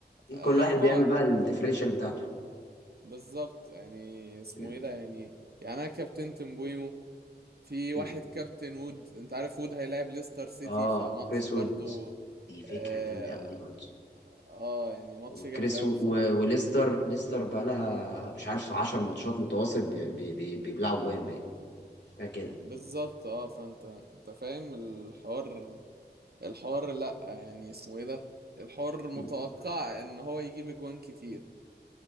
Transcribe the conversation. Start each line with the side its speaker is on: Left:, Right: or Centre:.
Right: لان
Left: كل واحد بيعمل
Right: هو
Left: بقى الديفرنشال بتاعته
Right: بالظبط يعني اسمه
Left: مم.
Right: ايه ده يعني يعني انا كابتنت مبويمو في
Left: مم.
Right: واحد كابتن وود انت عارف وود هيلاعب ليستر سيتي
Left: اه
Right: فماتش
Left: كريس
Right: برضو
Left: وود دي فكره
Right: اه,
Left: جامده قوي دي برضه
Right: آه يعني ماتش
Left: وكريس
Right: جامد قوي
Left: و...
Right: بصراحه
Left: و... وليستر ليستر بقى لها
Right: مم.
Left: مش عارف 10 ماتشات متواصل بي... بي... بي... بيبلعوا جوان بقى حاجة كده
Right: بالظبط اه فانت انت فاهم الحوار الحوار لا يعني اسمه ايه ده الحوار متوقع
Left: مم.
Right: ان هو يجيب اجوان كتير